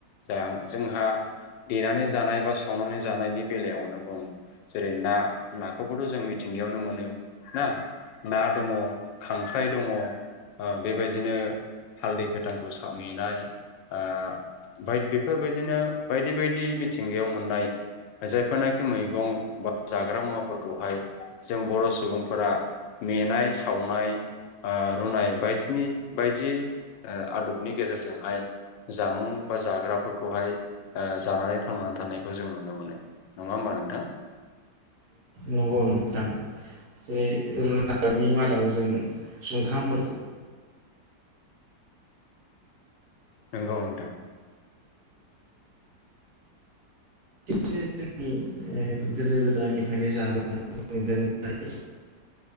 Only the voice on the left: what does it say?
जा जोंहा देनानै जानाय बा सावनानै जानायनि बेलायावनो बुंङ जेरै ना नाखौबोथ' जों मिथिंगायावनो मोनो ना? ना दङ खांख्राइ दङ बेबायदिनो हालदै गोथांखौ मेनाय अ बेफोरबायदिनो बायदि बायदि मिथिंगायाव मोननाय जायफोरनाखि मैगं बा जाग्रा मुवाफोरखौहाय जों बर' सुबुंफोरा मेनाय सावनाय रुनाय बायदिनि बायदि आदबनि गेजेरजोंहाय जामुं बा जाग्राफोरखौहाय जानानै थांनानै थानायखौ जों नुनो मोनो नङा होमबा नोंथां
नंगौ नोंथां